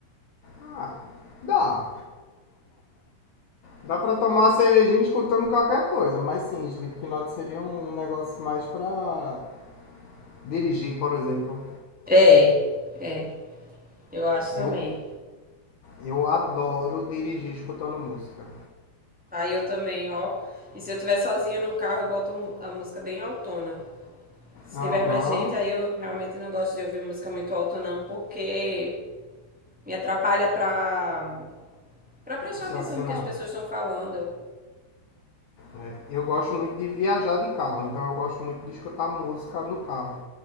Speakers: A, on the left; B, in the centre.
A: Ah, dá. Dá pra tomar uma cervejinha escutando qualquer coisa, mas sim, Slipknot seria um negócio mais pra dirigir, por exemplo.
B: É, é, eu acho também.
A: Eu, eu adoro dirigir escutando música.
B: Aí eu também, ó. E se eu estiver sozinha no carro, eu boto mu- a música bem autona. Se
A: Aham,
B: tiver mais gente,
A: uhum.
B: aí eu realmente não gosto de ouvir música muito alta, não, porque me atrapalha pra, pra prestar
A: raciocinar.
B: atenção no que as pessoas estão falando.
A: É, eu gosto muito de viajar de carro, então eu gosto muito de escutar música no carro.